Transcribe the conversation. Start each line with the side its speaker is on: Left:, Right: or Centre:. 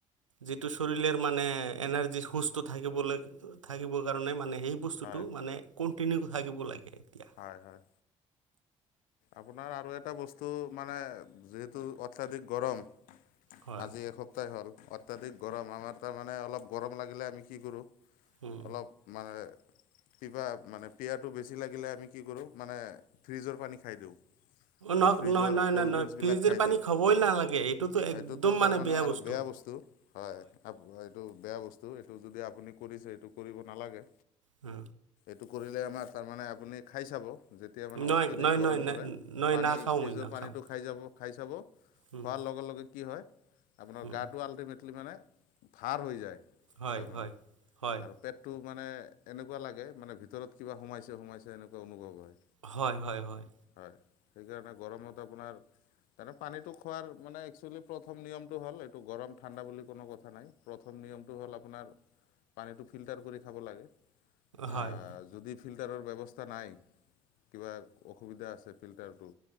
Right: যিটো চৰীলেৰ মানে এনাৰ্জি সুস্থ থাকিবলৈ থাকিবৰ কাৰণে মানে সেই বস্তুটো
Left: হয়
Right: মানে কণ্টিনিউ থাকিব লাগে। এতিয়া
Left: হয় হয়। আপোনাৰ আৰু এটা বস্তু মানে যিহেতু অত্যাধিক গৰম
Right: হয়
Left: আজি এসপ্তাহ হ'ল অত্যাধিক গৰম, আমাৰ তাৰমানে অলপ গৰম লাগিলে আমি কি কৰোঁ
Right: উম
Left: অলপ মানে কিবা মানে পিয়াটো বেছি লাগিলে আমি কি কৰোঁ মানে ফ্ৰিজৰ পানী খাই দিওঁ। বা
Right: নহ
Left: ফ্ৰিজৰ
Right: নহয়, নহ
Left: ক'ল্ড
Right: নয় নহয়
Left: ড্ৰিংকছবিলাক
Right: ফ্ৰিজৰ
Left: খাই
Right: পানী
Left: দিওঁ
Right: খবই নালাগে, এইটোতো
Left: সেইটোতো
Right: একদম
Left: তাৰমানে
Right: মানে বেয়া
Left: আৰু
Right: বস্তু।
Left: হয় এইটো বেয়া বস্তু, এইটো যদি আপুনি কৰিছে এইটো কৰিব নালাগে।
Right: হু।
Left: সেইটো কৰিলে আমাৰ তাৰমানে আপুনি খাই চাব। যেতিয়া মানে
Right: নহয়
Left: অত্যাধিক
Right: নহয়
Left: গৰম
Right: নহয়
Left: পৰে
Right: নহয়
Left: পানী
Right: নাখাওঁ
Left: ফ্ৰিজৰ
Right: মই নাখাওঁ
Left: পানীটো খাই যাব খাই চাব
Right: উম,
Left: খোৱাৰ লগে লগে কি হয়, আপোনাৰ
Right: উম।
Left: গাটো আল্টিমেটলি মানে ভাৰ হৈ যায়।
Right: হয়
Left: তাৰমানে
Right: হয় হয়
Left: আৰু পেটটো মানে এনেকুৱা লাগে মানে ভিতৰত কিবা সোমাইছে সোমাইছে এনেুৱা অনুভৱ হয়।
Right: হয় হয় হয়।
Left: হয় সেইকাৰণে গৰমত আপোনাৰ তাৰে পানীটো খোৱাৰ মানে একচলি প্ৰথম নিয়মটো হ'ল এইটো গৰম ঠাণ্ডা বুলি কোনো কথা নাই প্ৰথম নিয়মটো হ'ল আপোনাৰ পানীটো ফিল্টাৰ কৰি খাব লাগে। আ,
Right: হয়
Left: যদি ফিল্টাৰৰ ব্যৱস্থা নাই কিবা অসুবিধা আছে ফিল্টাৰটো